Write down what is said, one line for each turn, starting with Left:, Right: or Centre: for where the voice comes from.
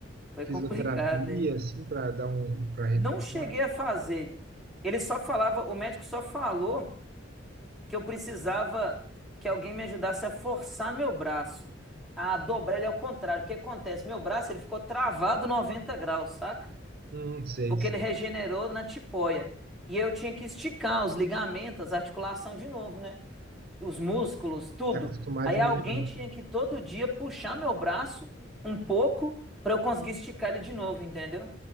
Centre: Foi
Right: fisioterapia,
Centre: complicado, hein?
Right: assim, pra dar um, para reforçar.
Centre: Não cheguei a fazer. Ele só falava, o médico só falou que eu precisava que alguém me ajudasse a forçar meu braço, a dobrar ele ao contrário. O que acontece? Meu braço ele ficou travado 90 graus, saca?
Right: Hum, sei,
Centre: Porque
Right: sei.
Centre: ele regenerou na tipoia. E eu tinha que esticar os ligamentos, a articulação de novo, né? Os músculos, tudo.
Right: Tá acostumado
Centre: Aí
Right: de novo,
Centre: alguém
Right: né?
Centre: tinha que todo dia puxar meu braço um pouco para eu conseguir esticar ele de novo, entendeu?